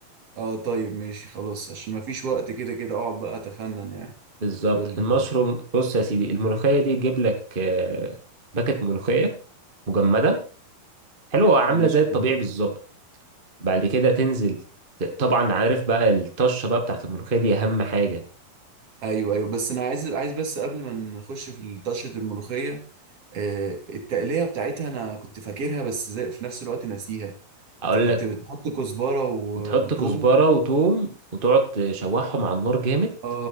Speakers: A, on the right; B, on the right.
A: اه طيب ماشي خلاص عشان ما فيش وقت كده كده اقعد بقى اتفنن يعني
B: بالظبط
A: قول لي
B: المشروم
A: طب
B: بص يا سيدي الملوخيه دي تجيب لك آه، باكت ملوخيه مجمده حلوه عامله
A: ماشي
B: زي الطبيعي
A: تمام
B: بالظبط بعد كده تنزل ت- طبعا عارف بقى الطشه بقى بتاعت الملوخيه دي اهم حاجه
A: ايوه ايوه بس انا عايز عايز بس قبل ما نخش في طشة الملوخية آه، التقلية بتاعتها أنا كنت فاكرها بس زي في نفس الوقت ناسيها
B: اقول
A: أنت كنت
B: لك
A: بتحط كزبرة و...
B: تحط
A: وتوم
B: كزبره وتوم وتقعد تشوحهم على النار جامد
A: آه